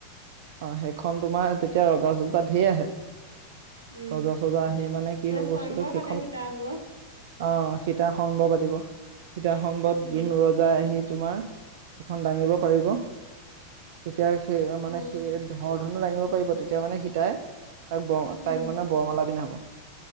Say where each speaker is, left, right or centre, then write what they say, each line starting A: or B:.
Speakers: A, on the right (about 50°); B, on the right (about 85°).
A: অ সেইখন তোমাৰ তেতিয়া ৰজা চজা ঢেৰ আহে।
B: উম।
A: ৰজা চজা আহি মানে কি হয়
B: স্বয়ম্বৰ
A: বস্তুটো সেইখন।
B: পাতে সীতা ভাগত
A: অ সীতা সমমভ পাতিব সীতা সমমভত
B: উম,
A: যোন ৰজাই আহি। তোমাৰ এখন দাঙিব পাৰিব তেতিয়া সেই
B: উম,
A: মানে সি। বৰধন দাঙিব পাৰিব তেতিয়া মানে সীতাই তাক ব
B: উম,
A: তাই মানে বৰমালা পিন্ধাব।